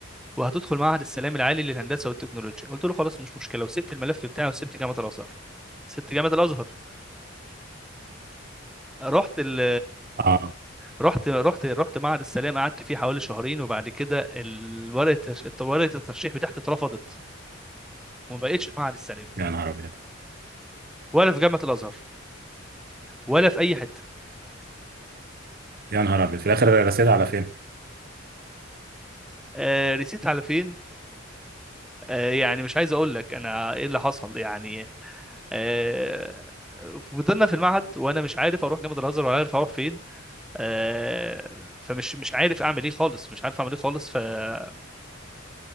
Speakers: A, in the centre; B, on the right.
A: وهتدخل معهد السلام العالي للهندسه والتكنولوجيا قلت له خلاص مش مشكله وسبت الملف بتاعي وسبت جامعه الازهر سبت جامعه الازهر رحت ال
B: اه
A: رحت رحت رحت معهد السلام قعدت فيه حوالي شهرين وبعد كده ال- ورقه الترش- ورقه الترشيح بتاعتي اترفضت وما بقتش في معهد السلام
B: يا نهار أبيض
A: ولا في جامعه الازهر ولا في اي حته
B: يا نهار أبيض في الآخر رسيت على فين
A: آه رسيت على فين آه يعني مش عايز اقول لك انا ايه اللي حصل يعني آه، فضلنا في المعهد وانا مش عارف اروح جامعه الازهر ولا عارف اروح فين آه، فمش مش عارف اعمل ايه خالص مش عارف اعمل ايه خالص فالمعهد